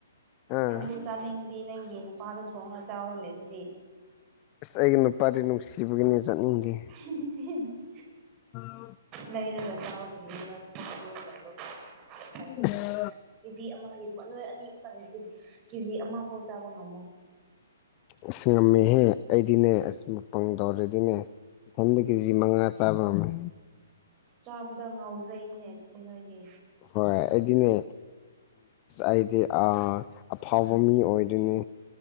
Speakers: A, on the left (about 35°); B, on the right (about 30°).
A: ꯑꯥ
B: ꯁꯟꯗꯣ ꯆꯥꯅꯤꯡꯉꯗꯤ ꯅꯪꯒꯤ ꯅꯨꯄꯥꯗ ꯊꯣꯡꯉꯒ ꯆꯥꯎꯔꯨꯅꯦ ꯑꯗꯨꯗꯤ
A: ꯑꯁ ꯑꯩꯒꯤ ꯅꯨꯄꯥꯗꯤ ꯅꯨꯡꯁꯤꯕꯒꯤꯅꯦ ꯆꯠꯅꯤꯡꯗꯦ
B: <unintelligible>
A: ꯎꯝ
B: ꯂꯩꯔꯒ ꯆꯥꯎꯈꯅꯤꯅꯤ ꯅꯣꯏ ꯊꯕꯛ ꯁꯨꯔ ꯂꯩꯕꯕꯨ ꯁꯟꯗꯅ
A: ꯑꯁ
B: ꯀꯦꯖꯤ ꯑꯃꯒꯤ ꯑꯗꯨꯝꯅꯣꯏ ꯑꯅꯤꯈꯛꯇꯪ ꯀꯦꯖꯤ ꯀꯦ ꯖꯤ ꯑꯃ ꯐꯥꯎ ꯆꯥꯕ ꯉꯝꯃꯣꯏ
A: ꯑꯁ ꯉꯝꯃꯤꯍꯦ ꯑꯩꯗꯤꯅꯦ ꯑꯁꯕꯨ ꯄꯪ ꯇꯧꯔꯗꯤꯅꯦ ꯏꯊꯪꯗ ꯀꯦ ꯖꯤ ꯃꯉꯥ ꯆꯥꯕ ꯉꯝꯃꯦ
B: ꯆꯥꯕꯗ ꯉꯥꯎꯖꯩꯅꯦ ꯑꯗꯨꯗꯤ ꯅꯣꯏꯗꯤ
A: ꯍꯣꯏ ꯑꯦꯗꯤꯅꯦ ꯑꯩꯗꯤ ꯑꯐꯥꯎꯕ ꯃꯤ ꯑꯣꯏꯗꯣꯏꯅꯤ